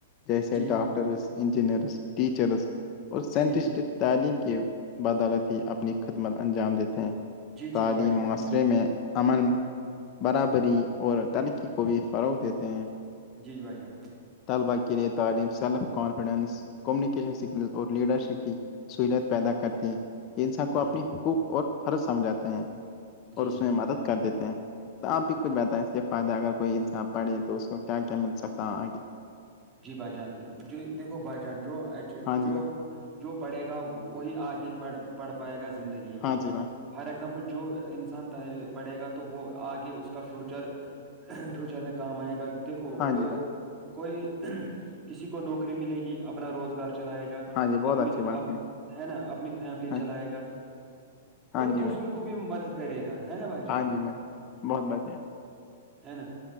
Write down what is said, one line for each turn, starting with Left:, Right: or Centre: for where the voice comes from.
Left: جیسے
Right: جی
Left: ڈاکٹرس
Right: جی
Left: انجینئرس ٹیچرس اور سائنٹسٹ
Right: جی جی
Left: تعلیم کی بدالت ہی اپنی خدمت انجام دیتے ہیں
Right: جی
Left: تعلیم
Right: جی بھائی جان
Left: معاص میں امن برابری اور ترقی کو بھی فروغ دیتے ہیں
Right: جی جی بھائی جان
Left: طلبا کے لیے تعلیم سیلف کانفیڈینس کمیونکیشن اسکل اور لیڈرشپ کی سہولت پیدا کرتی ہے یہ انسان کو
Right: جی
Left: اپنے حقوق اور فرض سمجھاتے ہیں
Right: جی
Left: اور
Right: جی
Left: اس میں مدد کر دیتے ہیں تو آپ بھی کچھ بتائیں اس کے فائدہ اگر کوئی انسان پڑے تو اس کو کیا کیا مل سکتا ہے آگے
Right: جی بھائی جان جی دیکھو بھائی جان جو
Left: ہاں
Right: جو
Left: جی بھائی
Right: جو پڑھے گا وہی آگےڑ بڑھ پائے گا زندگی میں
Left: ہاں جی بھائی
Right: فار ایگزامپل جو انسان پڑھے گا تو وہ آگے اس کا فیوچر فیوچر میں کام آئے گا دیکھو
Left: ہاں
Right: کوئی
Left: جی بھائی
Right: کوئی کسی کو نوکری ملے گی اپنا روزگار چلائے گا
Left: ہاں جی بہت
Right: اپنی
Left: اچھی بات
Right: ہے نا اپنی فیملی
Left: ہاں
Right: چلائے گا
Left: ہاں
Right: اور
Left: جی
Right: دوسروں
Left: بھائی
Right: کو بھی مدد کرے گا ہے نا بھائی جان
Left: ہاں جی بھائی بہت بڑھیا
Right: ہے نا